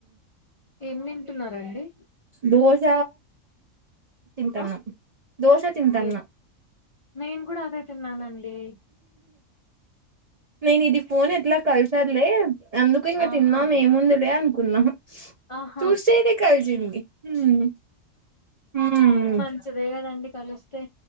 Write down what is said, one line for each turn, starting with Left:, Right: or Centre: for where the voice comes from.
Left: ఏం తింటున్నరండి
Right: దోశ తింటాన
Left: ఆ
Right: దోశ తింటానా
Left: ఏం నేను కూడా అదె తిన్నానండి
Right: నేను ఇది ఫోన్ ఎట్లా కలిసారులే అందుకు ఇంగ
Left: ఆహా
Right: తిన్నాం ఏముందిలే అనుకున్నాం
Left: ఆహా
Right: చూస్తే ఇది కలిసింది హ్మ్ హ్మ్
Left: మంచిదే కదండి కలుస్తే